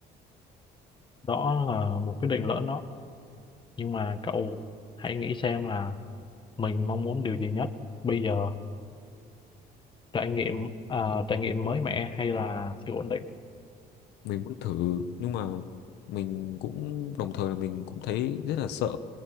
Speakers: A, on the left (about 30°); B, on the left (about 85°).
A: Đó là một quyết định lỡ đó. Nhưng mà cậu hãy nghĩ xem là mình mong muốn điều gì nhất bây giờ trải nghiệm à, trải nghiệm mới mẻ hay là sự ổn định.
B: mình muốn thử nhưng mà mình cũng đồng thời là mình cũng thấy rất là sợ